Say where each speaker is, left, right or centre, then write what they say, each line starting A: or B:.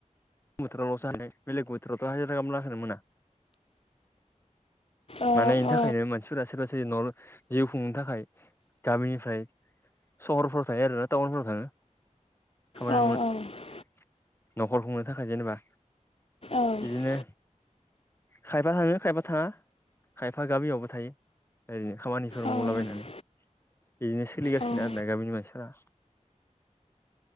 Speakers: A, on the left; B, on the left.
A: बोथोरावलसो हानाय बेलेग बोथोरावथ हाजिरा खामलाखोनो मोना।
B: ओ
A: माने बेनि थाखायनो
B: औ
A: मानसिफोरा सोरबा सोरबा नआवनो जिउ खुंनो थाखाय गामिनिफ्राय सहरफ्राव थायो आरोना टाउनफोराव थाङो। खामानि
B: औ
A: मावनो नखर खुंनो थाखाय जेनेबा
B: औ
A: बिदिनो खायफा थाङो खायफा थाङा खायफा गामियावबो थायो ओरैनो। खामानिफोर मावलाबायनानै
B: औ
A: बिदिनो सोलिगासिनो
B: औ
A: आरो ना गामिनि मानसिफोरा।